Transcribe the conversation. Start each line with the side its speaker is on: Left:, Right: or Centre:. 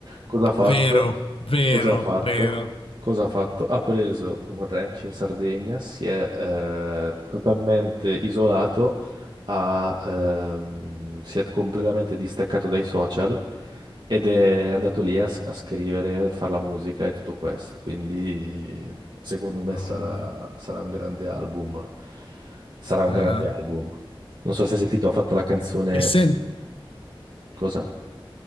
Right: cosa ha fatto?
Left: Vero, vero,
Right: Cosa ha fatto?
Left: vero.
Right: Cosa ha fatto? Ha preso un ranch in Sardegna, si è eh, totalmente isolato, ha, ehm, si è completamente distaccato dai social ed è andato lì a, s- a scrivere, a fare la musica e tutto questo. Quindi secondo me
Left: No,
Right: sarà,
Left: vabbè.
Right: sarà un grande album. Sarà un
Left: Ah,
Right: grande
Left: ah.
Right: album. Non so se hai sentito, ha fatto la canzone...
Left: E se,
Right: Cosa?